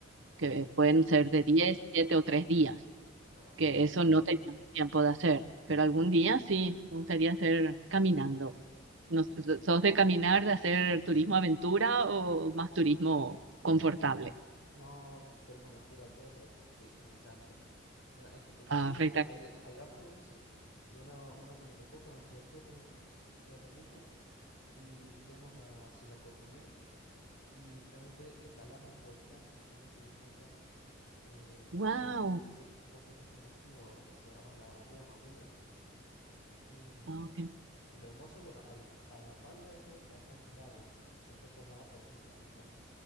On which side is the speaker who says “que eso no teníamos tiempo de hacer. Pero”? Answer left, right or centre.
Right